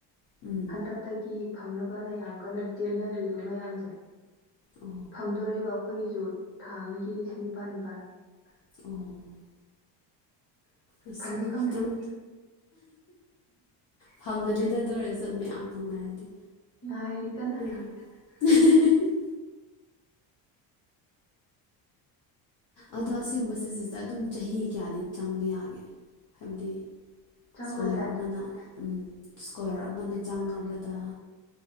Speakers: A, on the left (about 50°); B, on the left (about 30°).
A: ꯎꯝ
B: ꯍꯟꯗꯛꯇꯒꯤ ꯐꯪꯅꯕꯅ ꯌꯥꯝ ꯀꯟꯅ ꯆꯦꯟꯅꯔꯤꯕ ꯃꯌꯥꯝꯖꯦ
A: ꯑꯣ
B: ꯐꯪꯗꯣꯔꯦꯕ ꯑꯩꯈꯣꯏꯒꯤꯖꯨ ꯊꯥ ꯑꯃꯒꯤ ꯂꯤꯁꯤꯡ ꯅꯤꯄꯥꯟ ꯅꯤꯄꯥꯟ
A: ꯑꯣ ꯑꯁ
B: ꯐꯪꯗꯤ ꯐꯪꯗ꯭ꯔꯤ
A: ꯈꯤꯇꯪ ꯐꯪꯒꯅꯤꯗ ꯑꯗꯨ ꯑꯣꯏꯔꯆꯨ ꯃꯌꯥꯝ ꯐꯪꯅꯔꯗꯤ
B: ꯉꯥꯏꯔꯤ ꯀꯟꯅ
A: ꯎꯝ <unintelligible> ꯑꯗꯣ ꯑꯁꯤꯒꯨꯝꯕ ꯁꯤꯁꯤꯗ ꯑꯗꯨꯝ ꯆꯍꯤ ꯀꯌꯥꯗꯤ ꯆꯪꯕ ꯌꯥꯒꯦ ꯍꯥꯏꯕꯗꯤ
B: ꯆꯪꯕꯁꯦ
A: ꯏꯁꯀꯣꯂꯔ ꯑꯃꯅ ꯎꯝ ꯏꯁꯀꯣꯂꯔ ꯑꯃꯅ ꯆꯪꯉꯕꯗ